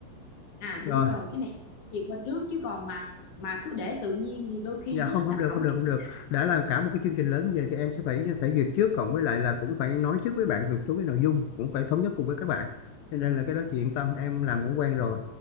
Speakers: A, on the left (about 45°); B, on the left (about 85°).
A: à
B: rồi
A: đúng rồi cái này chị duyệt qua trước chứ còn mà mà cứ để tự nhiên thì đôi khi
B: Dạ
A: nó
B: không không
A: làm
B: được
A: hỏng
B: không
A: chương
B: được không được
A: trình
B: đã là cả một cái chương trình lớn vậy thì em sẽ phải phải duyệt trước cộng với lại là cũng phải nói trước với bạn một số cái nội dung cũng phải thống nhất cùng với các bạn cho nên là cái đó chị yên tâm em làm cũng quen rồi